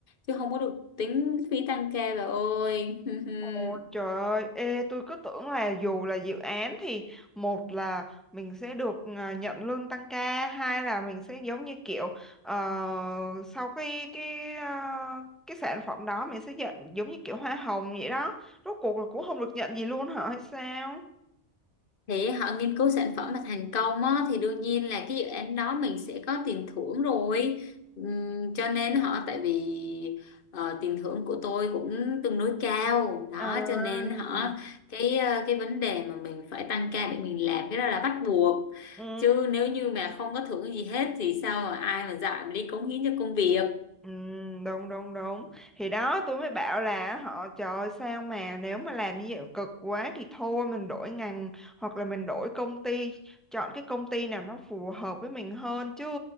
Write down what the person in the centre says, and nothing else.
Ồ, trời ơi, ê, tôi cứ tưởng là dù là dự án thì một là mình sẽ được à, nhận lương tăng ca, hai là mình sẽ giống như kiểu ờ, sau cái cái à, cái sản phẩm đó mình sẽ nhận giống như kiểu hoa hồng vậy đó. Rốt cuộc là cũng không được nhận gì luôn hả hay sao?
À.
Ừ.
Ừ, đúng đúng đúng thì đó tôi mới bảo là họ trời ơi, sao mà nếu mà làm như vậy cực quá thì thôi mình đổi ngành hoặc là mình đổi công ty chọn cái công ty nào nó phù hợp với mình hơn chứ